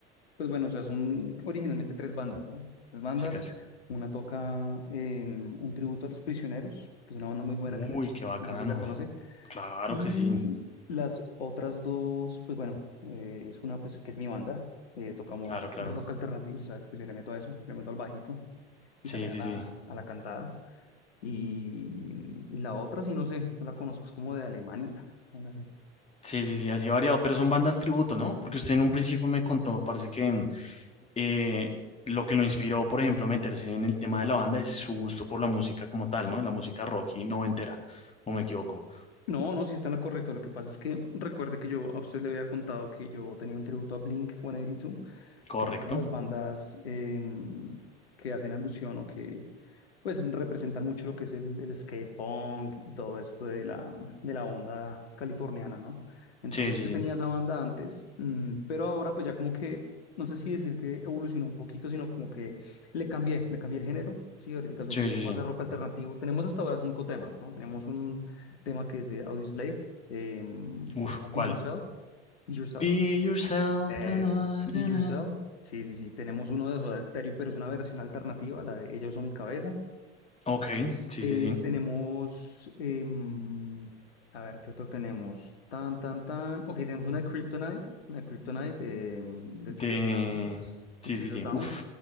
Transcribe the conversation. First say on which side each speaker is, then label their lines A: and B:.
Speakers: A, on the left; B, on the left.
A: pues bueno, o sea, son originalmente tres bandas, ¿no? Tres bandas.
B: chicas.
A: Una toca em, un tributo a los prisioneros, que es una banda muy buena
B: Uy,
A: que es el chico.
B: qué bacano.
A: No sé si la conoce.
B: Claro
A: Y
B: que sí.
A: las otras dos, pues bueno, eh, es una pues que es mi banda, eh, tocamos
B: Claro, claro.
A: rock alternativo, o sea, pues yo le meto a eso, yo le meto al bajito y
B: Sí,
A: también
B: sí,
A: a
B: sí.
A: la, a la cantada. Y, y la otra, sí, no sé, no la conozco, es como de Alemania. vaina así.
B: Sí, sí, sí, así variado. Pero son bandas tributo, ¿no? Porque usted en un principio me contó, parece que, mm, eh, lo que lo inspiró, por ejemplo, a meterse en el tema de la banda es su gusto por la música como tal, ¿no? La música rock y noventera, o me equivoco.
A: No, no, sí está en la correcta. Lo que pasa es que recuerde que yo a usted le había contado que yo tenía un tributo a Blink 182
B: Correcto.
A: que tienen las bandas em, que hacen alusión o que pues representan mucho lo que es el, el skate punk y todo esto de la, de la onda californiana, ¿no? Entonces
B: Sí, sí,
A: yo
B: sí.
A: tenía esa banda antes, mm, pero ahora pues ya como que, no sé si decir que evolucionó un poquito, sino como que le cambié, le cambié el género, sí, ahorita es un
B: Sí,
A: poquito
B: sí,
A: más
B: sí.
A: de rock alternativo. Tenemos hasta ahora cinco temas, ¿no? Tenemos un tema que es de Audioslave, em,
B: Uf,
A: se llama Be
B: ¿cuál?
A: Yourself, Be Yourself.
B: Be yourself.
A: Es
B: ta, na,
A: Be
B: ta,
A: Yourself.
B: na.
A: Sí, sí, sí. Tenemos uno de Soda Stereo, pero es una versión alternativa, la de Ella usó mi cabeza.
B: Ok, sí,
A: Eh,
B: sí, sí.
A: tenemos. em, a ver, ¿qué otro tenemos? Tan, tan, tan. Ok, tenemos una de Kryptonite. Una de Kryptonite em, de
B: De.
A: Three Doors Down.
B: Sí,
A: De Three
B: sí,
A: Doors
B: sí.
A: Down.
B: Uf,